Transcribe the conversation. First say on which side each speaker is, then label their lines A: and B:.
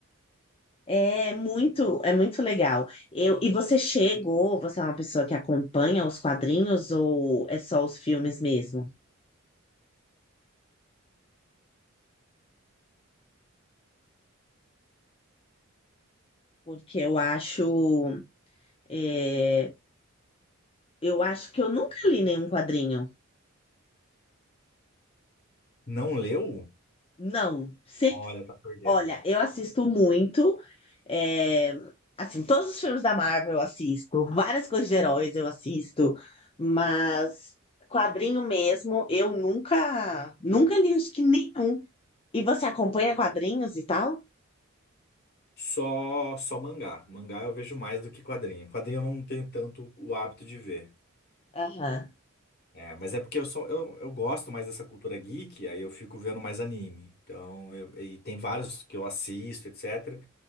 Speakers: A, on the left (about 25°); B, on the left (about 50°).
A: É muito, é muito legal. Eu, e você chegou, você é uma pessoa que acompanha os quadrinhos ou é só os filmes mesmo? Porque eu acho, é, eu acho que eu nunca li nenhum quadrinho.
B: Não leu?
A: Não,
B: Olha, tá perdendo.
A: Olha, eu assisto muito. é, assim, todos os filmes da Marvel eu assisto, várias coisas de heróis eu assisto, mas quadrinho mesmo, eu nunca, nunca li acho que nenhum. E você acompanha quadrinhos e tal?
B: Só, só mangá. Mangá eu vejo mais do que quadrinho. Quadrinho eu não tenho tanto o hábito de ver.
A: Aham.
B: É, mas é porque eu sou, eu, eu gosto mais dessa cultura geek, aí eu fico vendo mais anime. Então, eu- e tem vários que eu assisto, etc.